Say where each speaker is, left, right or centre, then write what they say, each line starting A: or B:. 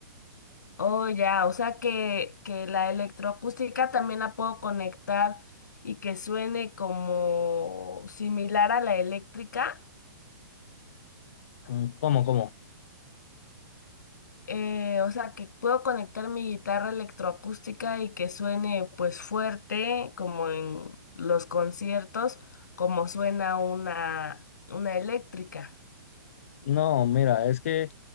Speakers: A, on the left; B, on the left.
A: Oh, ya, o sea que, que la electroacústica también la puedo conectar y que suene como similar a la eléctrica.
B: Mm, ¿Cómo, cómo?
A: eh, o sea, que puedo conectar mi guitarra electroacústica y que suene pues fuerte, como en los conciertos, como suena una, una eléctrica.
B: No, mira, es que